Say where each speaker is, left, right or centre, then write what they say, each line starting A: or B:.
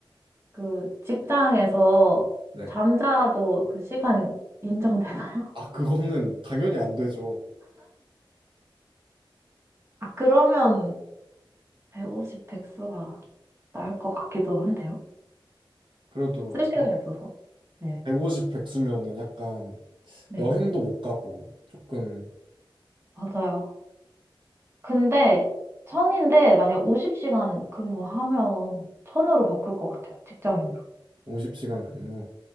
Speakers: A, on the right (about 30°); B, on the right (about 65°).
A: 그 직장에서
B: 네.
A: 잠자도 그 시간 인정되나요?
B: 아, 그거는 당연히 안 되죠.
A: 아, 그러면 150, 100수가 나을 것 같기도 한데요.
B: 그래도
A: 쓸 시간이 없어서. 네.
B: 150 백수면은 약간
A: 네.
B: 여행도 못 가고 조금
A: 맞아요. 근데 천인데 만약 50시간 근무하면 천으로 바꿀 것 같아요. 직장인으로.
B: 50시간 근무.